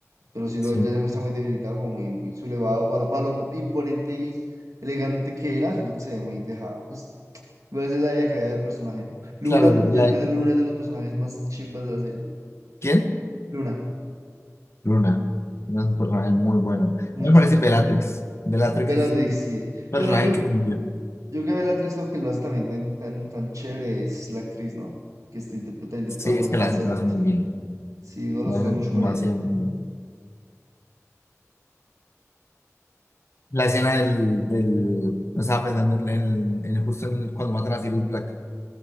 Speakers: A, on the right; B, on the left.
A: pero sí lo
B: Sí.
A: ya se muestra muy debilitado, como muy, muy sublevado para lo, para lo imponente y elegante que era, siento que se ve muy dejado, pues igual esa es la decaída del personaje, ¿no? Luna,
B: Claro,
A: yo
B: la-
A: creo que Luna es de los personajes más chimbas de la serie.
B: ¿quién?
A: Luna,
B: Luna. Luna es un personaje muy bueno.
A: muy
B: Me
A: excéntrico.
B: parece Bellatrix. Bellatrix
A: Bellatrix,
B: es un
A: sí.
B: personaje
A: Pero yo creo,
B: que
A: yo
B: cumple.
A: creo que Bellatrix lo que lo hace también tan, tan, tan chévere es la actriz, ¿no? Que está interpretada, interpretada
B: Sí,
A: por
B: es
A: esa
B: que la,
A: parcera.
B: lo hace muy bien.
A: Sí, uno lo
B: Lo
A: asocia
B: hace
A: mucho
B: demasiado
A: con ella.
B: muy bien. La escena del, del... no Estaba pensando en, el, en el- justo en el- cuando matan a Sirius Black.